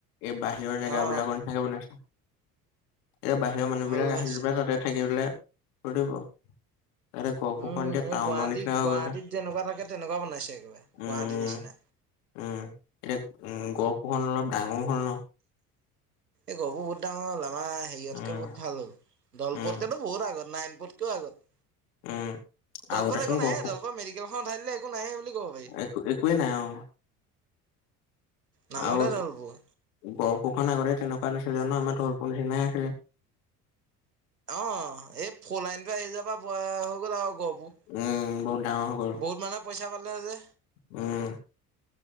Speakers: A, on the left; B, on the right.
A: এই বাহিৰৰ জেগা
B: অ
A: বিলাকৰ নিচাকে বনাইছে। এতিয়া বাহিৰৰ মানুহ
B: ভাল
A: বিলাক আহিলে
B: হৈছে
A: বা তাতে থাকি- <unintelligible> তাতে গহপুৰখন
B: উম
A: যে
B: এই
A: টাউনৰ
B: গুৱাহাটীত
A: নিচিনা হৈ
B: গুৱাহাটীত
A: গল যে
B: যেনেকুৱা থাকে তেনেকুৱা বনাইছে একেবাৰে
A: উম।
B: গুৱাহাটীৰ নিচিনা
A: উম এতিয়া উম গহপুৰখন অলপ ডাঙৰও হ'ল ন।
B: এই গহপুৰ বহুত ডাঙৰ হ'ল আমাৰ হেৰিয়তকে
A: উম,
B: বহুত ভাল হ'ল দলপতকেতো
A: উম,
B: বহুত আগত নাইন- কৈও আগত।
A: উম।
B: দলপত
A: আগতে চোন
B: একো নাহে
A: গহপুৰ,
B: দলপত মেডিকেলখন উঠাই দিলে একো নাহে বুলি ক'ব পাৰি
A: একো একোৱেই নাই অ।
B: নামতহে
A: আৰু
B: দলপুৰ
A: গহপুৰখন আগতে- তেনেকুৱা নাছিলে ন আমাৰ ধৰ্প নিচিনাই আছিলে
B: অ এই ফলাইনটো আহি যোৱা পৰা হৈ গল আৰু গহপুৰ
A: উম বহুত ডাঙৰ হৈ গল
B: বহুত মানুহে পইচা পালে যে
A: উম।